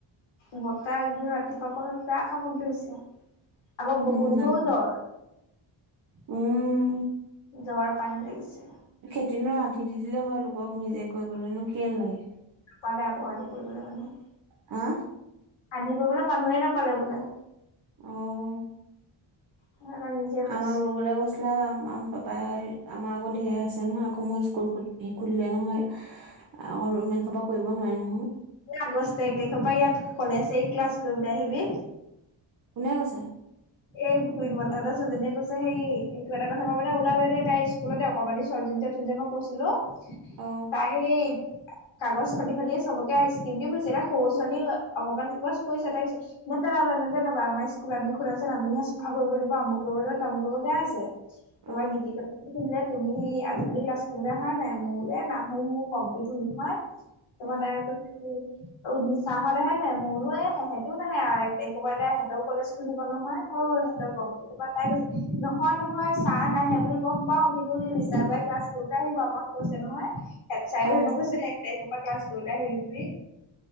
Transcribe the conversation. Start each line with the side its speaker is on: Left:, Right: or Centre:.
Left: বৰ্তা এইকেইদিন ৰাতিপুৱা পৰা পোৰা কামত ধৰিছে, আকৌ বকুন্ঠও
Right: উম,
Left: জ্বৰ।
Right: উম,
Left: জ্বৰ পানী লাগিছে।
Right: খেতি নো আন্ধি দি দিলে হয় লোকক নিজে কৰিবলৈনো কেলে লাগে।
Left: পালে আকৌ আধি কৰিবলৈ মানুহ?
Right: হা?
Left: আন্ধি কৰিবলৈ মানুহে নাপালে বোলে।
Right: অঁ
Left: সেইকাৰণে নিজে কৰিছে।
Right: আমাক ৰুবলৈ কৈছি লে আমা পাপাই আমাৰ আকৌ ধেৰ আছে নহয় আকৌ মই স্কুল খুলিলে নহয়। আকৌ ইমান হোপা কৰিব নোৱাৰে নহয়।
Left: এই আগষ্ট এক তাৰিখৰ পৰা ইয়াত কলেজ হেৰি ক্লাছ কৰিবলৈ আহিবি?
Right: কোনে কৈছে?
Left: এই গোবিন্দ বৰ্তা হতৰ ছালজনীয়ে কৈছে হেই এই কিবা এটা কথা মানে ওলালে দেই তাই স্কুলতে অকণমানি ছোৱালীজনী তোক যে মই কৈছিলো
Right: অঁ।
Left: তাই সেই কাগজ ফালি ফালি চবকে আইচক্ৰীম দি ফুৰিছে এতিয়া সৰু ছোৱালী অকনমান বদমাচ কৰিছে তাৰপিছত নেপেলাবা নেপেলাবা আমাৰ স্কুল আমি তাৰপিছত আমিহে চফা কৰিব লাগিব আমুক কৰিব লাগিব তামুক কৰিব গাই আছে তাৰপাছত
Right: অ
Left: গীতি মণি তুমি সেই আজিকালি ক্লাছ বোলে আহা নাই? মই বোলে নাহো মোৰ কমপ্লট হ'ল নহয়। তাৰপৰা
Right: উম
Left: তাই কৈছে কি অ' নিশাহত আহে নাই মই বোলো এই সিহঁতিও নাহে আৰু, এক তাৰিখৰ পৰা সিহঁতৰো কলেজ খুলিব ন
Right: <inaudible>
Left: সিহঁতি গম পাই গৈছে, নহয় নহয় ছাৰ নাহে বুলি গম পাওঁ কিন্তু নিশা বাই ক্লাছ কৰিবলৈ আহিব আমাক কৈছে নহয়, হেড চাৰেও
Right: অ
Left: হেনেকে কৈছে, এক তাৰিখৰ পৰা ক্লাছ কৰিবলৈ আহিবি বুলি।